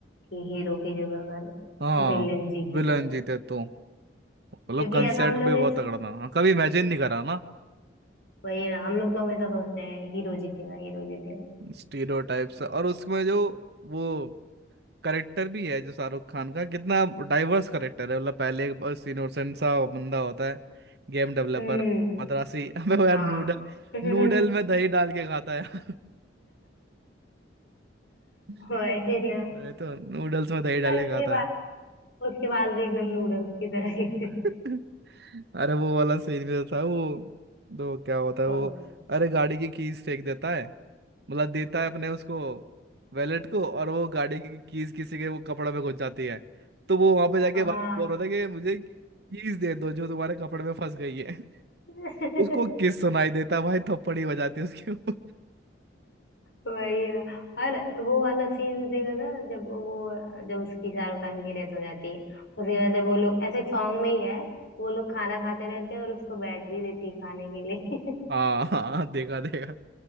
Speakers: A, on the left (about 70°); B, on the right (about 60°).
A: कि हीरो की जगह अगर
B: हाँ
A: विलेन जीते
B: विलन
A: तो
B: जीते तो मतलब
A: क्योंकि
B: कंसेप्ट
A: ऐसा हम
B: भी
A: लोग
B: बहुत
A: ने
B: तगड़ा था हाँ कभी इमेजिन नहीं करा ना
A: वही ना हम लोग तो हमेशा सोचते हैं हीरो जीतेगा हीरो जीतेगा
B: स्टीरियोटाइप्स
A: बट
B: और उसमें जो वो करेक्टर भी है जो शाहरुख खान का कितना डाइवर्स करेक्टर है मतलब पहले एक बस इनोसेंट सा बंदा होता है गेम डेवलपर
A: हम्म
B: मद्रासी <laughs> अबे वो यार
A: हाँ
B: नूडल
A: <laughs>
B: नूडल में दही डाल के खाता है यार <laughs>
A: वही ना
B: ये तो नूडल्स में दही डाल
A: और
B: के
A: उसके
B: खाता
A: बाद
B: है
A: उसके बाद भी एकदम नूडल्स की तरह ही थे।
B: <laughs> अरे वो वाला सीन भी तो था वो तो क्या होता
A: कौन
B: है वो
A: सा
B: अरे गाड़ी की कीज फेंक देता है मतलब देता है अपने उसको वैलेट को और वो गाड़ी की कीज किसी के वो कपड़े में घुस जाती है तो वो वहां पे जाके
A: हाँ
B: बार बोल रहा था कि मुझे कीज दे दो जो तुम्हारे कपड़े में फंस गई है <laughs>
A: <laughs>
B: उसको किस सुनाई देता है भाई थप्पड़ ही बजाती है उसके ऊपर <laughs>
A: वही ना और वो वाला सीन भी देखा था जब वो जब उसकी शाहरुख खान की डेथ हो जाती है उसके बाद जब वो लोग ऐसे सॉन्ग में ही है वो लोग खाना खाते रहते हैं और उसको बैटरी देती है खाने के लिए <laughs>
B: हाँ हाँ हाँ, देखा देखा